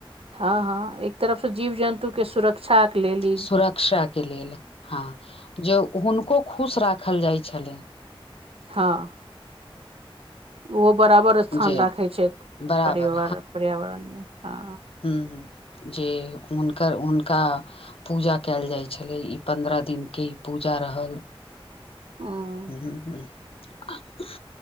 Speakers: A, on the right; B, on the left.
A: हँ हँ एक तरफसँ जीव जन्तु के सुरक्षा के लेल ई
B: सुरक्षाक के लेल हँ जे हुनको खुश राखल जाइ छलनि
A: हँ ओहो बराबर स्थान
B: जे
A: राखै छै
B: बराबर
A: परिवार पर्यावरणमे हँ
B: ह्म ह्म जे हुनकर हुनका पूजा कयल जाइ छलय ई पन्द्रह दिनके ई पूजा रहल
A: ह
B: <unintelligible>